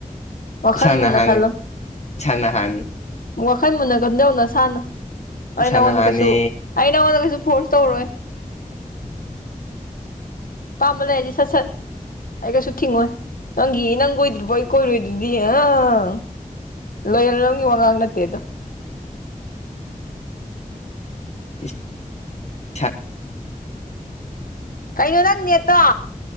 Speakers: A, on the left; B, on the left.
A: ꯋꯥꯈꯜ
B: ꯏꯁꯥꯅ
A: ꯃꯨꯟꯅ
B: ꯍꯥꯟꯅꯤ
A: ꯈꯜꯂꯣ
B: ꯏꯁꯥꯅ ꯍꯥꯟꯅꯤ
A: ꯋꯥꯈꯜ ꯃꯨꯟꯅ ꯈꯟꯗꯧꯅ ꯁꯥꯥꯟꯅ ꯑꯩ
B: ꯏꯁꯥꯅ
A: ꯅꯉꯣꯟꯗ
B: ꯍꯥꯟꯅꯤ
A: ꯀꯩꯁꯨ ꯑꯩ ꯅꯪꯉꯣꯟꯗ ꯀꯩꯁꯨ ꯐꯣꯔꯁ ꯇꯧꯔꯣꯏ ꯑꯄꯝꯕ ꯂꯩꯔꯗꯤ ꯁꯠꯁꯠ ꯑꯩ ꯒꯩꯁꯨ ꯊꯤꯡꯉꯣ ꯅꯪꯒꯤ ꯅꯪ ꯀꯣꯏꯗ꯭ꯔꯤꯐꯧ ꯀꯣꯏꯔꯣꯏ ꯗꯨꯗꯤ ꯑꯥ ꯂꯣꯌꯦꯜ ꯅꯣꯝꯒꯤ ꯋꯥꯉꯥꯡ ꯅꯠꯇꯦ ꯑꯗꯣ
B: <inaudible>
A: ꯀꯩꯅꯣ ꯅꯪ ꯅꯦꯠꯇꯣ